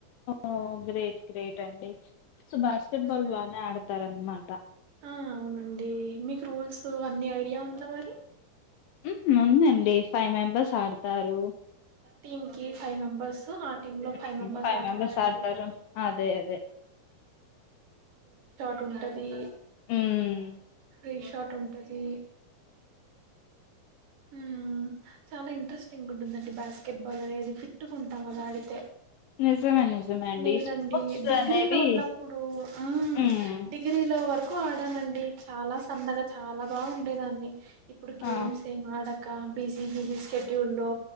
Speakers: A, on the left; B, on the right.
A: ఓహ్ గ్రేట్ గ్రేట్ అండి సో బాస్కెట్
B: హ్మ్.
A: బాల్ బానే ఆడతారనమాట.
B: ఆ అవునండి మీకు రూల్స్ అన్ని ఐడియా ఉందా మరి.
A: మ్మ్ ఉందండి ఫై మెంబర్స్ ఆడుతారు.
B: టీం కి ఫైవ్ మెంబర్స్ ఆ టీమ్ లో ఫైవ్
A: హ్మ్.
B: మెంబర్స్ ఆడతారండి.
A: ఆడతారు అదే అదే
B: టుంటదీ.
A: ఉమ్.
B: ఫ్రీ షాట్ ఉంటది. ఉమ్ చాలా ఇంట్రెస్టింగ్ ఉంటుందండి బాస్కెట్ బాల్ అనేది ఫిట్. ట్టుగుంటం అదాడితే.
A: నిజమే నిజమే అండి
B: నేనండి
A: స్పోర్ట్స్
B: డిగ్రీలో
A: అనేవి
B: ఉన్నప్పుడు ఆహ్
A: మ్మ్
B: డిగ్రీలో వర్క్. కు ఆడానండి చాలా సన్నగా చాలా బాగా ఉండేదాన్ని ఇప్పుడు గేమ్స్.
A: ఆ
B: ఏం ఆడక బిజీ బిజీ స్కేడ్యూల్ లో.